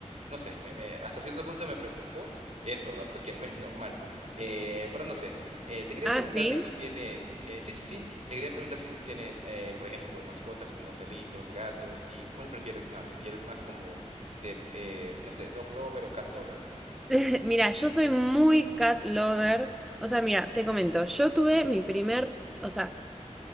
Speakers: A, on the right (about 65°); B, in the centre.
A: no sé, me- me- hasta cierto punto me preocupó eso, ¿verdad? Porque no es normal. Eh, pero no sé, eh, te quería
B: Ah,
A: preguntar
B: sí.
A: si tú tienes, eh, sí, sí, sí, te quería preguntar si tú tienes, eh, por ejemplo, mascotas como perritos, gatos, y cuál prefieres más, si eres más como de, eh, no sé, dog lover o cat lover.
B: <laughs> Mira, yo soy muy cat lover. O sea, mira, te comento, yo tuve mi primer, o sea,